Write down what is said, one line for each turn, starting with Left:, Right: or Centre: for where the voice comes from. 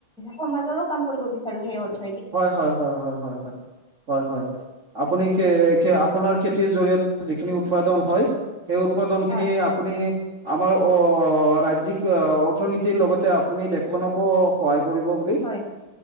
Centre: সমাজৰো কাম কৰিব বিচাৰোঁ সেইয়
Right: হয় হয় হয় হয় হয় হয় হয় হয়, আপুনি কে খ আপোনাৰ খেতিৰ জৰিয়তে যিখিনি উৎপাদন হয় সেই উৎপাদন খিনি
Centre: হয়
Right: আপুনি আমাৰ অ ৰাজ্যিক অৰ্থনীতিৰ লগতে আপুনি দেশখনকো সহায় কৰিব বুলি
Centre: হয়